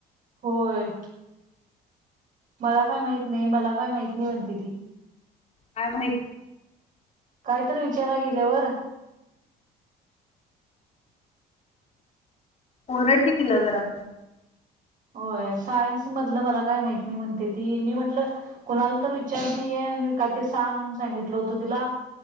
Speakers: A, on the right (about 50°); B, on the left (about 40°).
A: होय मला काय माहित नाही, मला काय माहीत नाही म्हणते ती.
B: काय माहित
A: कायतर विचाराय गेल्यावर
B: ओरड की तिला जरास.
A: होय, सायन्स मधलं मला काय माहत नाही म्हणते ती, मी म्हटलं कुणाला तर विचारून ये आणि काय ते सांग म्हनून सांगितलं होतं तिला.